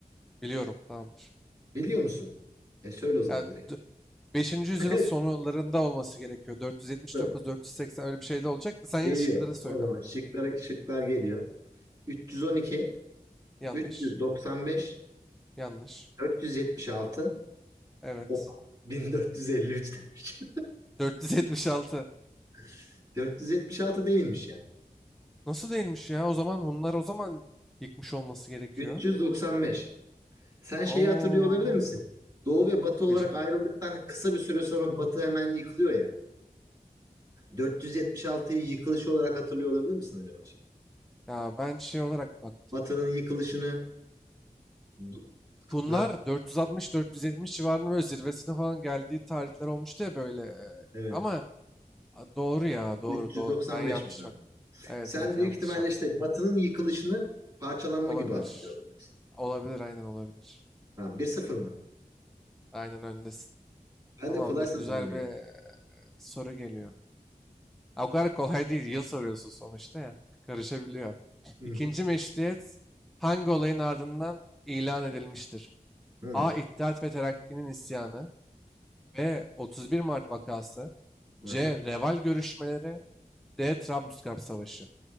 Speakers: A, in the centre; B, on the right.
A: Biliyorum tamamdır.
B: Biliyor musun? E söyle o zaman
A: Ya,
B: direkt.
A: d- 5. yüzyıl
B: <laughs>
A: sonlarında olması gerekiyor. 479-480
B: Tabii.
A: öyle bir şey de olacaktı. Sen yeni
B: Geliyor.
A: şıkları söyle.
B: O zaman şıklar, şıklar geliyor. 312,
A: Yanlış.
B: 395,
A: Yanlış.
B: 476,
A: Evet.
B: Oha, 1453 demiş.
A: 476.
B: <laughs> 476 değilmiş ya.
A: Nasıl değilmiş ya? O zaman Hunlar o zaman yıkmış olması gerekiyor.
B: 395. Sen şeyi
A: Oo.
B: hatırlıyor olabilir misin? Doğu ve Batı olarak
A: Beşinci.
B: ayrıldıktan kısa bir süre sonra Batı hemen yıkılıyor ya. 476'yı yıkılışı olarak hatırlıyor olabilir misin acaba? şey?
A: Ya ben şey olarak baktım.
B: Batı'nın yıkılışını du-
A: Hunlar
B: la,
A: 460-470 civarında böyle zirvesine falan geldiği tarihler olmuştu ya böyle. e,
B: evet
A: Ama a, doğru ya doğru
B: 395'miş
A: doğru. Ben yanlış
B: abi.
A: baktım. Evet
B: Sen
A: evet
B: büyük
A: yanlış
B: ihtimalle
A: ha.
B: işte Batı'nın yıkılışını parçalanma
A: Olabilir.
B: gibi hatırlıyor olabilirsin.
A: Olabilir aynen olabilir.
B: Tamam bir sıfır mı?
A: Aynen öndesin.
B: Ben
A: Tamamdır
B: de kolay sandım
A: güzel
B: bunu ya.
A: bir e, soru geliyor. Ha, o kadar kolay değil. Yıl soruyorsun sonuçta ya. Karışabiliyor.
B: Hı hı.
A: İkinci meşruiyet hangi olayın ardından ilan edilmiştir?
B: Hı.
A: A. İttihat ve Terakki'nin isyanı. B. 31 Mart vakası. C.
B: Aha.
A: Reval görüşmeleri. D. Trablusgarp Savaşı.